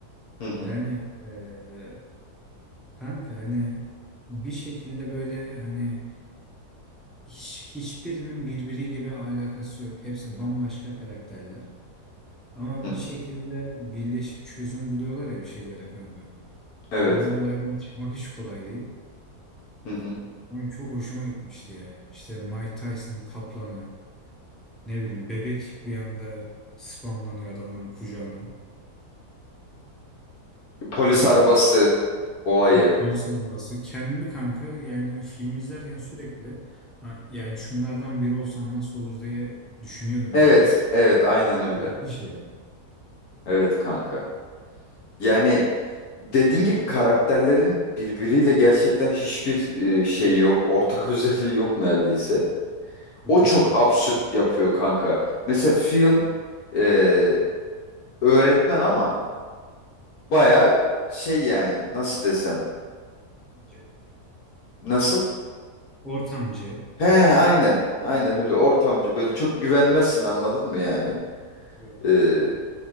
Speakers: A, on the left (about 65°); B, in the centre.
A: Hı hı.
B: yani eee, kanka hani bir şekilde böyle hani hiç, hiçbirinin birbiriyle bir alakası yok. Hepsi bambaşka karakterler. Ama
A: hı hı.
B: bir şekilde birleşip çözüm buluyorlar ya bir şeylere kanka.
A: Evet.
B: Hani o olaydan çıkmak hiç kolay değil.
A: Hı hı.
B: Ama çok hoşuma gitmişti ya. İşte Mike Tyson'ın kaplanı, ne bileyim bebek bir anda spamlanıyor adamların kucağına.
A: Polis
B: Yani
A: arabası olayı.
B: E, polis arabası. Kendimi kanka yani film izlerken sürekli "Ha, yani şunlardan biri olsam nasıl olur diye düşünüyordum
A: Evet,
B: böyle.
A: evet, aynen öyle.
B: Müthiş yani.
A: Evet kanka. Yani dediğin gibi karakterlerin birbiriyle gerçekten hiçbir e, şey yok. Ortak <laughs> özelliği yok neredeyse.
B: Sıfır
A: O çok
B: kanka.
A: absürt yapıyor kanka. Mesela Phil e, öğretmen ama baya şey yani nasıl desem.
B: Ortamcı.
A: Nasıl?
B: Ortamcı
A: He aynen.
B: böyle.
A: Aynen öyle ortamcı böyle çok güvenmezsin anladın mı yani?
B: Yok.
A: E,